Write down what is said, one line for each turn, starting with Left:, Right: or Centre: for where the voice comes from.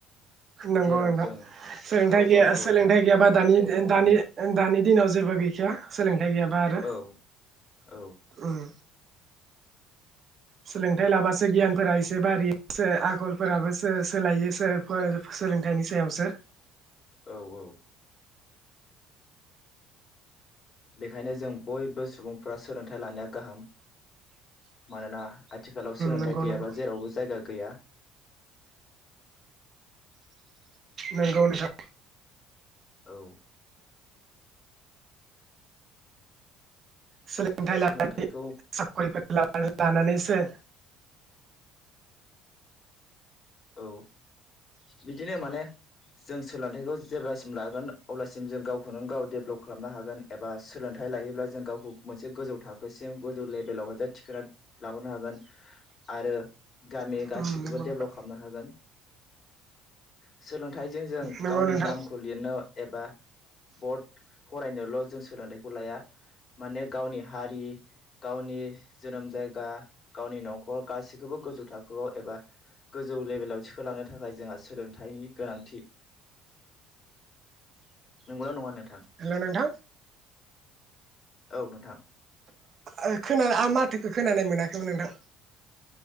Right: नोंगौ
Left: जेराव
Right: नोंथां
Left: जों
Right: सोलोंथाइ
Left: गाव
Right: गैया
Left: गावखौ
Right: सोलोंथाइ गैयाबा दानि दानि दानि दिनाव जेबो गै या सोलों थाइ गैयाबा आरो
Left: औ औ
Right: उम। सोलोंथाइ लाबासो गियानफोरा एसे बारियो आखलफोराबोसो सोलायोसो सोलोंथाइनि सायावसो।
Left: औ औ। बेखायनो जों बयबो सुबुंफ्रा सोलोंथाइ लानाया गाहाम। मानोना आथिखालाव सोलोंथाइ
Right: नंगौ
Left: गैयाबा
Right: नंगौ
Left: जेरावबो जायगा गैया।
Right: नोंगौ नोंथां।
Left: औ।
Right: सोलोंथाइ
Left: सोलोंथाइखौ
Right: लानानै साकरिफोर लानानैसो
Left: औ। बिदिनो माने जों सोलोंथाइखौ जेब्लासिम लागोन अब्लासिम जों गावखौनो गाव डेभेलप खालामनो हागोन एबा सोलोंथाइ लायोब्ला जों गावखौ मोनसे गोजौ थाखोसिम गोजौ लेभेलावहाय जे थिखोना लाबोनो हागोन आरो गामि
Right: नंगौ
Left: गासिखौबो डेभेलप
Right: नोंथां
Left: <unintelligible> सोलोंथाइजों जों
Right: नंगौ
Left: गावनि
Right: नोंथां
Left: नामखौ लिरनो एबा बत फरायनोल' जों सोलोंथाइखौ लाया माने गावनि हारि गावनि जोनोम जायगा गावनि न'खर गासिखौबो गोजौ थाखोआव एबा गोजौ लेभेलाव थिखोलांनो थाखाय जोंहा सोलोंथाइनि गोनांथि। नंगौना नङा नोंथां?
Right: हेल' नोंथां
Left: औ नोंथां।
Right: अ खोन आ माथोखौ खोनानाय मोनाखैमोन नोंथां।